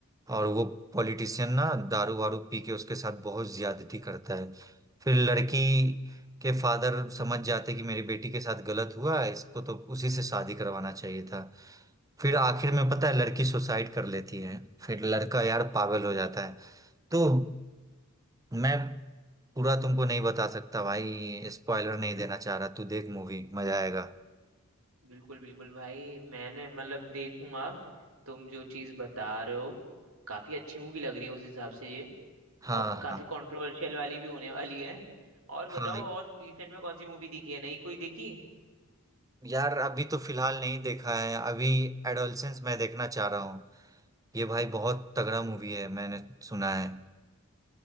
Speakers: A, on the right; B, on the right.
A: और वो पॉलिटिशियन ना दारू वारू पी के उसके साथ बहुत ज्यादती करता है फिर लड़की के फादर समझ जाते कि मेरी बेटी के साथ गलत हुआ है इसको तो उसी से शादी करवाना चाहिए था फिर आखिर में पता है लड़की सुसाइड कर लेती है फिर लड़का यार पागल हो जाता है तो मैं पूरा तुमको नहीं बता सकता भाई स्पॉइलर नहीं देना चाह रहा तू देख मूवी मजा आएगा
B: बिल्कुल बिल्कुल भाई मैंने मतलब देखूंगा तुम जो चीज बता रहे हो काफी अच्छी मूवी लग रही है उस हिसाब से ये
A: हाँ
B: और काफी
A: हाँ
B: कंट्रोवर्शियल वाली भी होने वाली है और
A: हाँ
B: बताओ और रिसेंट में कौन सी मूवी देखी है नई कोई देखी
A: यार अभी तो फिलहाल नहीं देखा है अभी एडोलसेंस मैं देखना चाह रहा हूँ ये भाई बहुत तगड़ा मूवी है मैंने सुना है